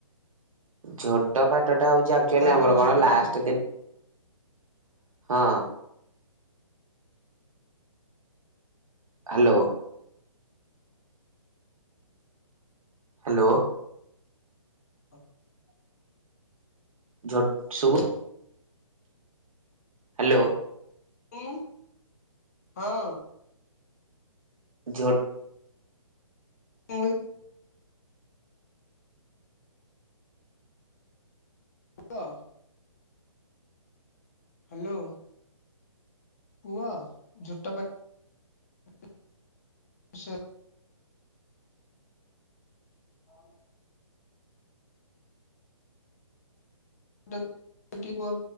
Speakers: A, on the right; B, on the left.
A: ଝୋଟ ବାଟ ଟା ହଉଛି ଆଚୁଆ
B: କହିପାରିବି
A: ଆମର କଣ
B: ଝୋଟପାଟ
A: ଲାଷ୍ଟ ଦିନ ହଁ। ହ୍ୟାଲୋ। ହ୍ୟାଲୋ।
B: <inaudible>
A: ଝୋଟ୍
B: ହ୍ୟାଲୋ
A: ଶୁଭୁଚି ହାଲୋ।
B: ଉଁ ହଁ।
A: ଝୋ
B: <inaudible> ହାଲୋ ହାଲୋ। ପୁଅ ଝୋଟ ପ <inaudible> ହଁ ହଁ। <inaudible> କୁହ